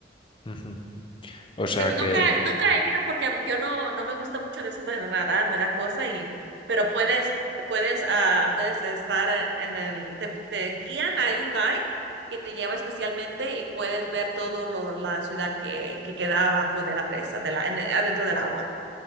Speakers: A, on the left; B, on the right.
A: Ujú. O sea
B: Se-
A: que...
B: nunca, nunca he ido porque yo no, no me gusta mucho de eso de nadar, me da cosa y, pero puedes, puedes, ah, puedes estar eh, en el, te, te guían, hay un guide que te lleva especialmente y puedes ver todo lo, la ciudad que, que queda abajo de la presa, de la, en- adentro del agua.